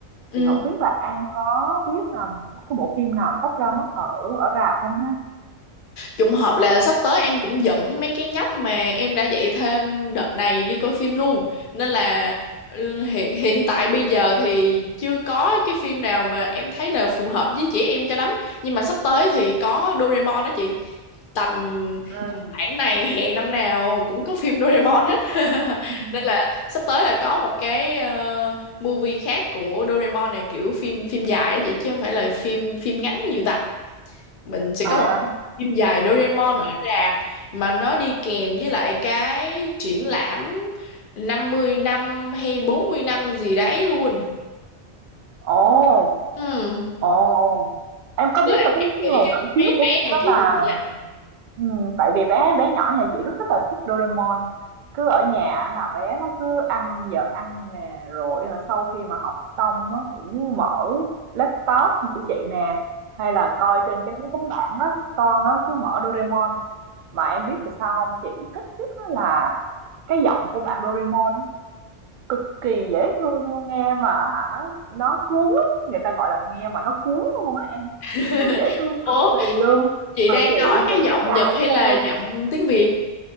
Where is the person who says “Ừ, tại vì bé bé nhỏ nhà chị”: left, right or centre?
Right